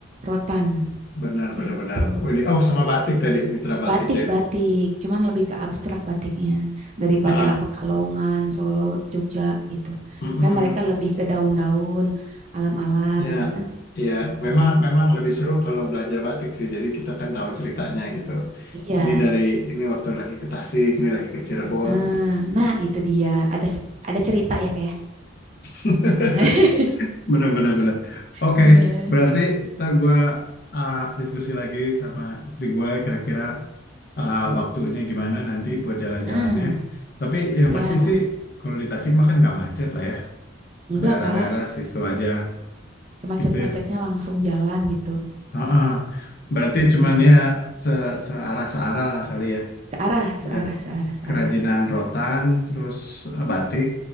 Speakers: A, on the right; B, on the left.
A: rotan
B: Benar,
A: gitu.
B: benar, benar. Widih, Oh, sama batik tadi, mitra batik
A: Batik-batik,
B: ya.
A: cuman lebih ke abstrak batiknya daripada
B: Ah,
A: Pekalongan, Solo, Jogja gitu.
B: mm
A: Kan mereka lebih ke daun-daun, alam-alam
B: Ya,
A: gitu kan,
B: ya,
A: gitu.
B: memang, memang lebih seru kalau belanja batik sih. Jadi kita kan tahu ceritanya gitu.
A: Iya.
B: Ini dari ini waktu lagi ke Tasik, ini lagi ke Cirebon.
A: Eh, Nah, itu dia. Ada se- ada cerita ya kayak.
B: <laughs>
A: <laughs>
B: Bener, bener, bener. Oke,
A: Iya.
B: berarti ntar gue diskusi lagi sama istri gue kira-kira uh, waktunya gimana nanti buat jalan-jalannya.
A: Heeh,
B: Tapi yang
A: siap.
B: pasti sih kalau di Tasik mah kan nggak macet lah ya.
A: Enggak,
B: Daerah-daerah
A: Kak.
B: situ aja
A: Semacet-macetnya
B: gitu ya.
A: langsung jalan gitu.
B: Heeh. Berarti
A: Heeh.
B: cuman ya se searah searah lah kali ya.
A: Searah, searah,
B: Lihat
A: searah, searah.
B: kerajinan rotan, terus uh, batik,